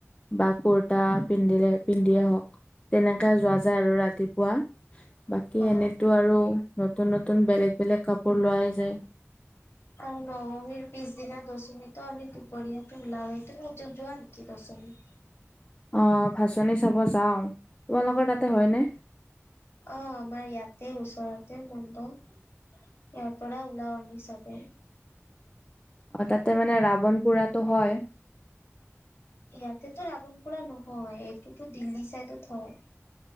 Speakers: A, on the left; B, on the left.
A: বা কোট- টা পিন্ধিলে পিন্ধিয়ে হওক, তেনেকে যোৱা যায় আৰু ৰাতিপুৱা। বাকী
B: অ
A: এনেইতো আৰু নতুন নতুন বেলেগ বেলেগ কাপোৰ লোৱাই যায়।
B: আৰু নবমিৰ পিছদিনা দশমীতো আমি দুপৰীয়াটো ওলাওঁৱে, তুমি নোযোৱা নেকি দশমী?
A: অঁ ভাঁচনি চাব যাওঁ, তোমালোকৰ তাতে হয়নে?
B: অঁ আমাৰ ইয়াতে ওচৰতে মণ্ডপ ইয়াৰ পৰা ওলাও আমি চবে।
A: অঁ তাতে মানে ৰাৱণ পোৰাটো হয়।
B: ইয়াতেতো ৰাৱণপুৰা নহয়, এইটোতো দিল্লী চাইডত হয়।